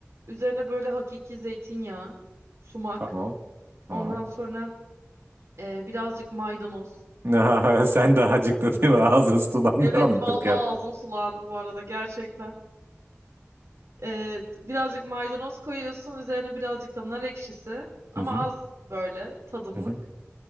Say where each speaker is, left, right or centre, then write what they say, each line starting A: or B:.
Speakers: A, on the right; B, on the right.
A: Üzerine böyle hakiki zeytinyağı, sumak,
B: Tamam. Tamam.
A: ondan sonra e, birazcık maydanoz.
B: <laughs> Sen daha acıktın değil mi? Ağzın sulandı
A: Evet
B: anlatırken.
A: vallahi ağzım sulandı bu arada gerçekten. E, birazcık maydanoz koyuyorsun, üzerine birazcık da nar ekşisi ama
B: Hı hı.
A: az böyle tadımlık.
B: Hı hı.